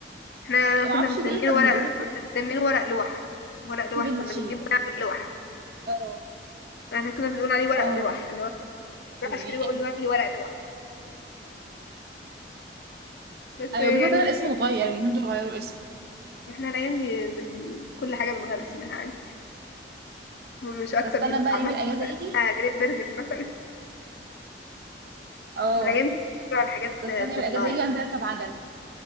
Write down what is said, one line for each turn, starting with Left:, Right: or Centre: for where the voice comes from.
Left: احنا كنا
Right: معرفش
Left: بنسميه
Right: ليه كانوا
Left: ورق
Right: يقولوا لك
Left: كنا
Right: مثلا
Left: بنسميه ورق لوح ورق
Right: اكتبي
Left: لوح
Right: النشيد
Left: كنا بنجيب ونعمل لوح
Right: اه
Left: احنا كنا بنقول عليه ورق
Right: اه
Left: لوح اللي هو بروح
Right: و-
Left: اشتري
Right: و- إيه؟
Left: واقول له هات لي ورق لوح بس
Right: ايوه
Left: يعني
Right: بيقولوا دايما الاسم اتغير اليومين دول غيروا اسمه
Left: احنا الايام دي بن... كل حاجه بنغير اسمها عادي مش
Right: كنت
Left: اكتر
Right: استنى
Left: من الطعميه
Right: بقى يوم
Left: اللي
Right: الاجازة
Left: بقى
Right: يجي
Left: اسمها جريت برجر مثلا
Right: اه
Left: والايام دي بيقولوا على حاجات
Right: كنت استنى يوم
Left: سبلايز
Right: الاجازة يجي وانزل اركب عجل